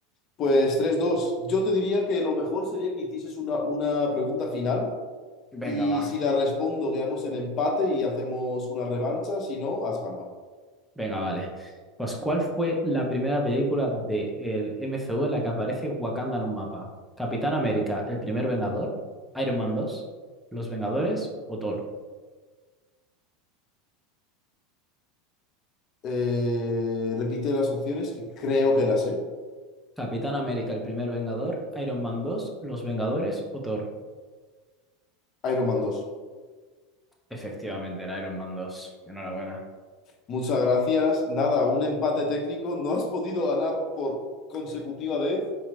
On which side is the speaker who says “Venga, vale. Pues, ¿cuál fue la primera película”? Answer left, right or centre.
Centre